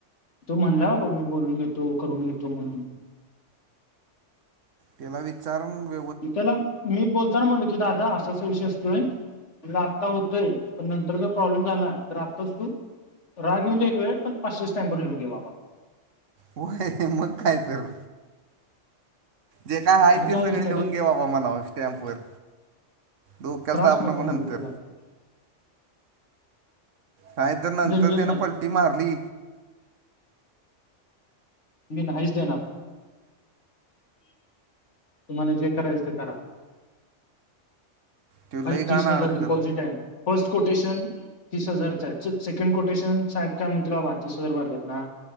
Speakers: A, on the left; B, on the right.
A: तो म्हणला बाबा मी बोलून घेतो. करून घेतो‌ म्हणून.
B: त्याला विचार व
A: मी त्याला, मी बोलताना म्हणल की दादा असा अस विषय म्हटल आात्ता होतय. पण नंतर जर प्रॉब्लेम झाला तर आत्ताच तू राग येऊ दे एक वेळ, पण पाचशे स्टॅम्पवर लिहून घे बाबा.
B: होय, मग काय तर जे काय आहे,
A: आणि
B: ते सगळ
A: विषय माहिती
B: लिहून घे बाबा म्हणाव स्टॅम्प वर. डोक्याला
A: त्रास
B: ताप नको
A: म्हणलो
B: नंतर.
A: तुला
B: नाही तर नंतर
A: झंझट
B: त्यान
A: नाही
B: पलटी मारली
A: मी नाहीच देणार. तुम्हाला जे करायच ते करा.
B: त्यो
A: भाई
B: लई घाण
A: तीस
B: अडकल.
A: हजार डिपॉझिट आहे. फर्स्ट कोटेशन तीस हजारचा आहेत. सेकंड कोटेशन साहेब काय म्हणतील, बाबा तीस हजार भरले आहेत ना.